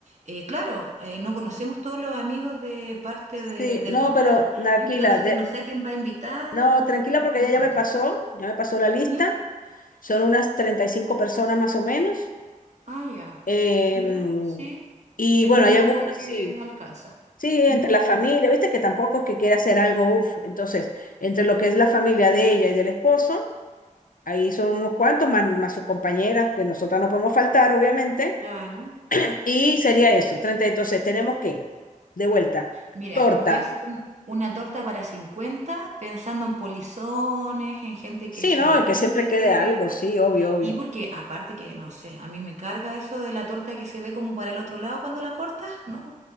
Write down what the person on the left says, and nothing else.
Sí,
no,
pero tranquila,
de-
no, tranquila porque
ella
ya me pasó, ya me pasó la lista.
Son unas 35 personas más o menos.
Em,
y
bueno,
hay
algún,
sí.
Sí, entre
la familia, viste que tampoco es que quiera hacer algo, uff. Entonces, entre lo que es la familia de ella y del esposo, ahí son unos cuantos, más, más sus compañeras, que nosotras no podemos faltar, obviamente.
Y sería eso, 30. Entonces, tenemos que, de vuelta,
torta.
Sí,
¿no?
Y que siempre quede algo, sí, obvio, obvio.